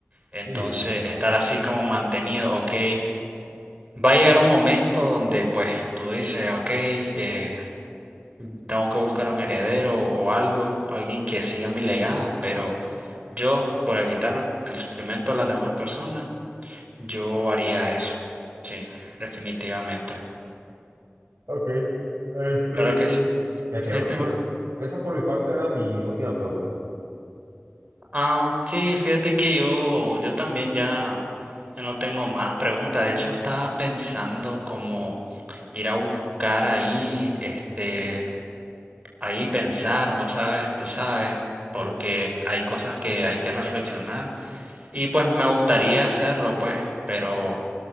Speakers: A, on the right; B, on the right.
A: Entonces,
B: Sí, sí, sí.
A: estar así como mantenido, ok, va a llegar un momento donde pues tú dices, ok, eh, tengo que buscar un heredero o algo, alguien que siga mi legado, pero... Yo, por evitar el sufrimiento de las demás personas, yo haría eso. Sí, definitivamente.
B: Ok, este,
A: Claro que sí.
B: ya
A: Fíjate,
B: quedó.
A: bro.
B: Mi- Esa por mi parte era mi última pregunta.
A: Ah, sí, fíjate que yo, yo también ya, ya no tengo más preguntas. De hecho, estaba pensando como ir a buscar ahí, este, ahí pensar, vos sabes, tú sabes,
B: Sí,
A: porque hay cosas que hay que reflexionar. Y pues me gustaría hacerlo, pues, pero.